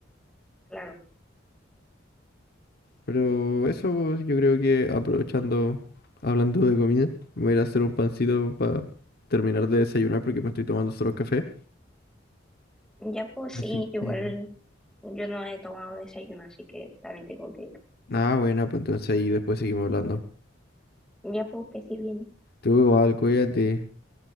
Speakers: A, in the centre; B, on the left (about 55°).
A: claro.
B: Pero eso yo creo que aprovechando, hablando de comida, me voy a ir a hacer un pancito para terminar de desayunar porque me estoy tomando solo café.
A: Ya pues
B: Así
A: sí, igual
B: que...
A: yo no he tomado desayuno, así que también tengo que ir.
B: Nada, buena, pues entonces ahí después seguimos hablando.
A: Ya pues que sí bien.
B: Tú igual, cuídate.